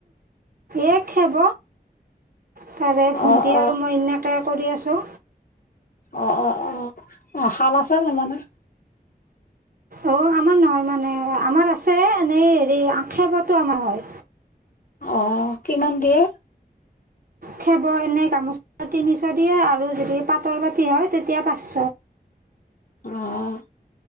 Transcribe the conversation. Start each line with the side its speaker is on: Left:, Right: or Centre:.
Right: এই খোব তাৰে ভণ্টি
Left: অ অ
Right: আৰু মই এনেকৈ কৰি আছোঁ
Left: অ অ অ অ শাল আছে ন মানে
Right: অঁ আমাৰ নহয় মানে আমাৰ আছে এনেই হেৰি আখেপতো আমাৰ হয়
Left: অ কিমান দিয়ে
Right: খেব এনেই গামোচা তিনিশ দিয়ে আৰু যদি পাতল বাতি হয় তেতিয়া পাঁচশ
Left: আহ